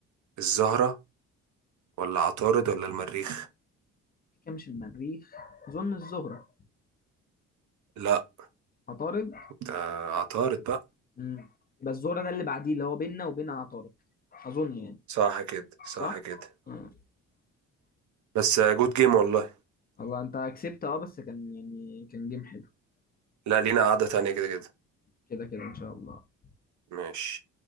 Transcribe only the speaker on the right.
الزهرة ولا عطارد ولا المريخ
لا
ده عطارد بقى
صح كده صح
كده
بس جود جيم والله
لا لينا قعدة تانية كده كده
ماشي